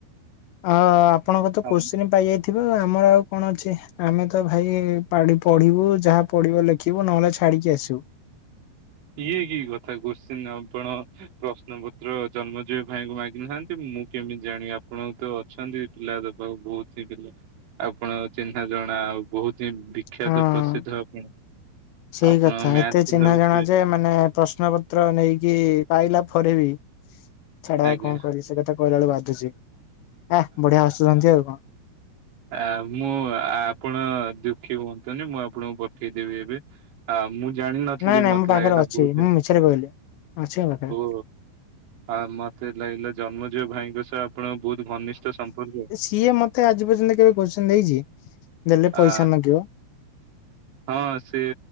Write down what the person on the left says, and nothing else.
ଆ ଆପଣଙ୍କ ତ
କୋଶ୍ଚିନି ପାଇଯାଇ ଥିବ ଆମର ଆଉ କଣ ଅଛି ଆମେ ତ ଭାଇ ପାଡି଼ ପଢ଼ିବୁ ଯାହା ପଢିବ ଲେ ଲେଖିବୁ ନହେଲେ ଛାଡି଼କି ଆସିବୁ।
ହଁ।
ସେଇ
କଥା
ଏତେ ଚିହ୍ନା
ଜଣା ଯେ ମାନେ ପ୍ରଶ୍ନ ପତ୍ର ନେଇକି ପାଇଲା ପରେ ବି ଛାଡ଼
ଆଉ କଣ କରିବି ସେ କଥା କହିଲା ବେଳକୁ ବାଧୁଛି ଏ ବଢ଼ିଆ ହସୁଛନ୍ତି ଆଉ କଣ।
ନାଇଁ ନାଇଁ
ମୋ ପାଖରେ
ଅଛି
ମୁଁ ମିଛରେ କହିଲି ଅଛି ମୋ ପାଖରେ।
କିଏ ମତେ ଆଜି ପର୍ଯ୍ୟନ୍ତ କେବେ କୋଶ୍ଚିନ୍ ଦେଇଛି। ଦେଲେ ପଇସା
ମାଗିବ।